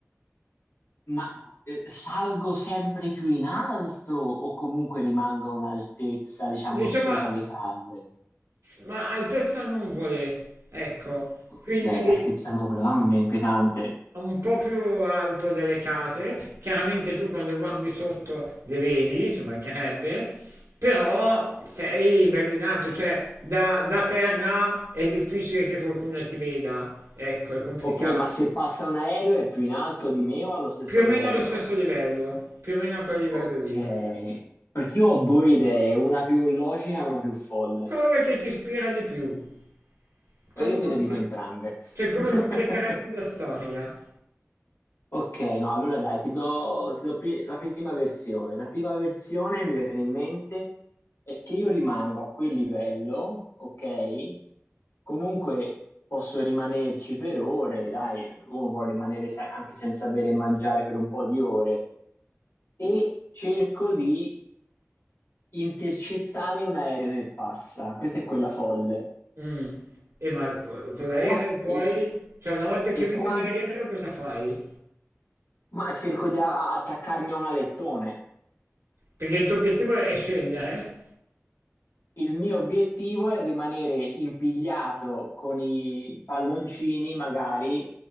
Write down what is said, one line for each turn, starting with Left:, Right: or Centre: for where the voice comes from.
Left: Ma eh, salgo sempre più in alto o comunque rimango a un'altezza, diciamo,
Right: diciamo,
Left: sopra le case?
Right: ma altezza non vuole, ecco,
Left: Ok,
Right: quindi
Left: altezza nuvola, mamma mia, inquietante.
Right: è un po' più alto delle case, chiaramente tu quando guardi sotto le vedi, ci mancherebbe, però sei bello in alto, cioè da, da terra è difficile che qualcuno ti veda, ecco, è complicato.
Left: Ok, ma se passa un aereo è più in alto di me o allo stesso
Right: Più o
Left: livello?
Right: meno allo stesso livello, più o meno a quel livello
Left: Ok,
Right: lì.
Left: perché io ho due idee, una più logica e una più folle.
Right: Cosa che ti ispira di più? Come,
Left: Ma io te
Right: comple-
Left: le dico entrambe.
Right: cioè, come
Left: <laughs>
Right: completeresti la storia?
Left: Ok, no, allora dai, ti do, ti do pri- la prima versione. La prima versione mi viene in mente è che io rimango a quel livello, ok? Comunque posso rimanerci per ore, dai, uno può rimanere se- anche senza bere e mangiare per un po' di ore e cerco di intercettare un aereo che passa. Questa è quella folle.
Right: Mm. E ma co- con
Left: E
Right: l'aereo
Left: qua,
Right: poi,
Left: e,
Right: cioè una volta che
Left: e
Right: vedi
Left: qua,
Right: un aereo cosa fai?
Left: ma cerco di a- attaccarmi a un alettone.
Right: Perché il tuo obiettivo è scendere?
Left: Il mio obiettivo è rimanere impigliato con i palloncini magari